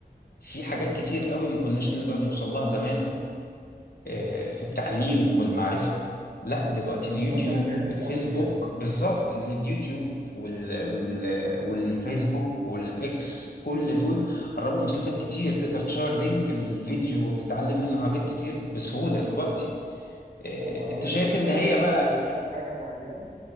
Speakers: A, on the left; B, on the right.
A: في حاجات كتير قوي ما كناش نقدر نوصل لها زمان آه، في التعليم وفي المعرفة لا دلوقتي اليوتيوب
B: نشرت علمك
A: الفيسبوك
B: اكتر يعني
A: بالظبط اليوتيوب وال... وال... والفيسبوك والإكس كل دول قربوا مسافات كتير تقدر تشير لينك الفيديو وتتعلم منه حاجات كتير بسهولة دلوقتي آه،
B: او
A: انت
B: أو
A: شايف
B: انت ذات
A: ان
B: نفسك
A: هي
B: لو
A: بقى
B: كنت بتشرح حاجه معينه